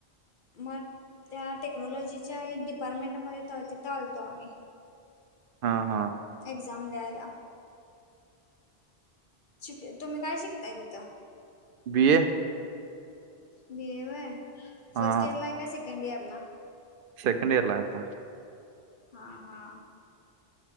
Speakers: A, on the left; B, on the right.
A: म त्या टेक्नॉलॉजीच्या डिपार्टमेंटमध्ये तवा तिथं आलतो आम्ही‌
B: हा हा.
A: एक्झाम द्यायला. शिक तुम्ही काय शिकताय तिथं?
B: बी ए.
A: बी ए व्हय,
B: हा
A: फर्स्ट इयर ला हाय का सेकंड इयरला
B: सेकंड इयरला हाय आता.
A: हा हा.